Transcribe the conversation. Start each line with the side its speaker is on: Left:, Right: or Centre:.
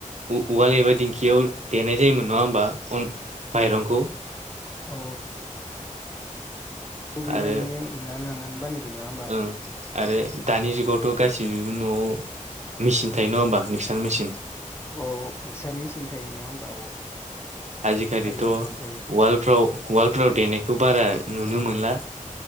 Right: उवाल एबा दिंखियाव देनाय जायोमोन नङा होनबा माइरंखौ।
Left: औ। थ' बेबादिनो
Right: आरो
Left: उननानै लानानै बानायबाय नङा होमबा?
Right: ओं आरो दानि जुगावथ' गासैनिबो न'आव मेसिन थायो नङा होनोमबा मिक्सार मेसिन
Left: औ मिक्सार मेसिन थायो नङा होमबा औ।
Right: आजिखालिथ'
Left: थायो
Right: उवालफ्राव
Left: नोंथां थायो
Right: उवाल्डफ्राव देनायखौ बारा नुनो मोनला।